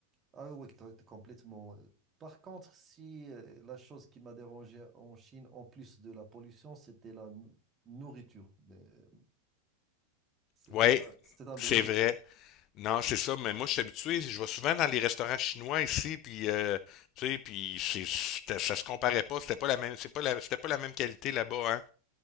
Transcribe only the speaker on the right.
Ah oui, toi, t'es complètement. Par contre, si euh, la chose qui m'a dérangé en Chine, en plus de la pollution, c'était la nou- nourriture. Mais euh, c'était
un, c'était un
vrai défi.